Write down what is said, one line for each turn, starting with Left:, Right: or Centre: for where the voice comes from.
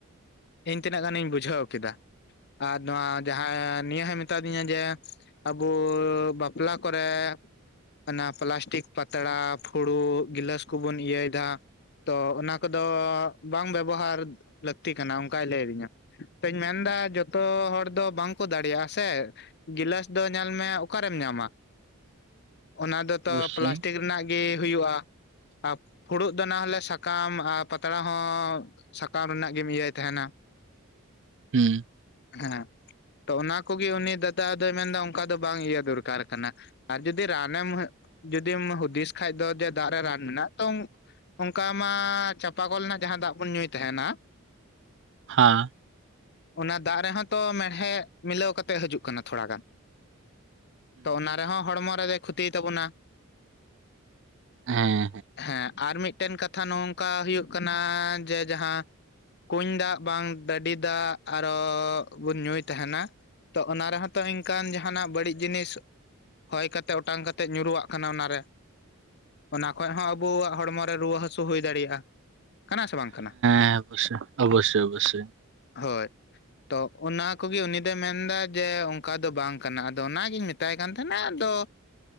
Left: ᱤᱧ ᱛᱤᱱᱟᱹᱜ ᱜᱟᱱᱤᱧ ᱵᱩᱡᱷᱟᱹᱣ ᱠᱮᱫᱟ ᱟᱨ ᱱᱚᱣᱟ ᱡᱟᱦᱟᱸ ᱱᱤᱭᱟᱹ ᱦᱚᱭ ᱢᱮᱛᱟ ᱫᱤᱧᱟ ᱡᱮ ᱟᱵᱩ ᱵᱟᱯᱞᱟ ᱠᱚᱨᱮ ᱚᱱᱟ ᱯᱞᱟᱥᱴᱤᱠ ᱯᱟᱛᱲᱟ ᱯᱷᱩᱲᱩᱜ ᱜᱤᱞᱟᱹᱥ ᱠᱚᱵᱚᱱ ᱤᱭᱟᱹ ᱮᱫᱟ ᱛᱚ ᱚᱱᱟ ᱠᱚᱫᱚ ᱵᱟᱝ ᱵᱮᱵᱚᱦᱟᱨ ᱞᱟᱹᱠᱛᱤ ᱠᱟᱱᱟ ᱚᱱᱠᱟᱭ ᱞᱟᱹᱭ ᱟᱹᱫᱤᱧᱟ, ᱛᱚᱧ ᱢᱮᱱ ᱮᱫᱟ ᱡᱚᱛᱚ ᱦᱚᱲ ᱫᱚ ᱵᱟᱝᱠᱚ ᱫᱟᱲᱮᱭᱟᱜᱼᱟ ᱥᱮ ᱜᱤᱞᱟᱥ ᱫᱚ ᱧᱮᱞ ᱢᱮ ᱚᱠᱟᱨᱮᱢ ᱧᱟᱢᱟ ᱚᱱᱟ ᱫᱚ
Right: ᱚᱵᱚᱥᱥᱳᱭ
Left: ᱛᱚ ᱯᱞᱟᱥᱴᱤᱠ ᱨᱮᱱᱟᱜ ᱜᱮ ᱦᱩᱭᱩᱜᱼᱟ ᱟᱨ ᱯᱷᱩᱲᱩᱜ ᱫᱚ ᱱᱟ ᱦᱚᱸᱞᱮ ᱥᱟᱠ ᱥᱟᱠᱟᱢ ᱟᱨ ᱯᱟᱛᱲᱟ ᱦᱚᱸ ᱥᱟᱠᱟᱢ ᱨᱮᱱᱟᱜ ᱜᱮᱢ ᱤᱭᱟᱹᱭ ᱛᱟᱦᱮᱱᱟ᱾
Right: ᱦᱮᱸ
Left: ᱦᱮᱸ ᱛᱚ ᱚᱱᱟ ᱠᱚᱜᱮ ᱩᱱᱤ ᱫᱟᱫᱟ ᱫᱚᱭ ᱢᱮᱱ ᱮᱫᱟ ᱚᱱᱠᱟ ᱫᱚ ᱵᱟᱝ ᱤᱭᱟᱹ ᱫᱚᱨᱠᱟᱨ ᱠᱟᱱᱟ ᱟᱨ ᱡᱩᱫᱤ ᱨᱟᱱᱮᱢ ᱡᱩᱫᱤᱢ ᱦᱩᱫᱤᱥ ᱠᱷᱟᱡ ᱫᱚ ᱫᱟᱜ ᱨᱮ ᱨᱟᱱ ᱢᱮᱱᱟᱜ-ᱟ ᱛᱚ ᱚᱱᱠᱟ ᱢᱟ ᱪᱟᱯᱟ ᱠᱚᱞ ᱨᱮᱱᱟᱜ ᱡᱟᱦᱟᱸ ᱫᱟᱜ ᱵᱚᱱ ᱧᱩᱭ ᱛᱟᱦᱮᱱᱟ᱾
Right: ᱦᱮᱸ
Left: ᱚᱱᱟ ᱫᱟᱜ ᱨᱮᱦᱚᱸ ᱛᱚ ᱢᱮᱲᱦᱮᱫ ᱢᱤᱞᱟᱹᱣ ᱠᱟᱛᱮᱜ ᱦᱤᱡᱩᱜ ᱠᱟᱱᱟ ᱛᱷᱚᱲᱟ ᱜᱟᱱ, ᱛᱚ ᱚᱱᱟ ᱨᱮᱦᱚᱸ ᱦᱚᱲᱢᱚ ᱨᱮᱫᱚᱭ ᱠᱷᱚᱛᱤᱭ ᱛᱟᱵᱚᱱᱟ
Right: ᱦᱮᱸ
Left: ᱦᱮᱸ ᱟᱨ ᱢᱤᱫᱴᱮᱱ ᱠᱟᱛᱷᱟ ᱱᱚᱝᱠᱟ ᱦᱩᱭᱩᱜ ᱠᱟᱱᱟ ᱡᱮ ᱡᱟᱦᱟᱸ ᱠᱩᱧ ᱫᱟᱜ ᱵᱟᱝ ᱰᱟᱹᱰᱤ ᱫᱟᱜ ᱟᱨᱚ ᱵᱚᱱ ᱧᱩᱭ ᱛᱟᱦᱮᱱᱟ ᱛᱚ ᱚᱱᱟ ᱨᱮᱦᱚᱸ ᱛᱚ ᱤᱱᱠᱟᱱ ᱡᱟᱦᱱᱟᱜ ᱵᱟᱹᱲᱤᱡ ᱡᱤᱱᱤᱥ ᱦᱚᱭ ᱠᱟᱛᱮ ᱚᱴᱟᱝ ᱠᱟᱛᱮᱜ ᱧᱩᱨᱩᱣᱟᱜ ᱠᱟᱱᱟ ᱚᱱᱟ ᱨᱮ ᱚᱱᱟ ᱠᱷᱚᱡ ᱦᱚᱸ ᱟᱵᱚᱣᱟᱜ ᱦᱚᱲᱢᱚ ᱨᱮ ᱨᱩᱣᱟᱹ ᱦᱟᱹᱥᱩ ᱦᱩᱭ ᱫᱟᱲᱮᱭᱟᱜᱼᱟ, ᱠᱟᱱᱟ ᱥᱮ ᱵᱟᱝ ᱠᱟᱱᱟ
Right: ᱦᱮᱸ ᱚᱵᱚᱥᱥᱚᱭ ᱚᱵᱚᱥᱥᱚᱭ ᱚᱵᱚᱥᱥᱚᱭ
Left: ᱦᱳᱭ, ᱛᱚ ᱚᱱᱟ ᱠᱚᱜᱮ ᱩᱱᱤ ᱫᱚᱭ ᱢᱮᱱ ᱮᱫᱟ ᱡᱮ ᱚᱱᱠᱟ ᱫᱚ ᱵᱟᱝ ᱠᱟᱱᱟ ᱟᱫᱚ ᱚᱱᱟᱜᱤᱧ ᱢᱮᱛᱟᱭ ᱠᱟᱱ ᱛᱟᱦᱮᱱᱟ ᱾ᱟᱫᱚ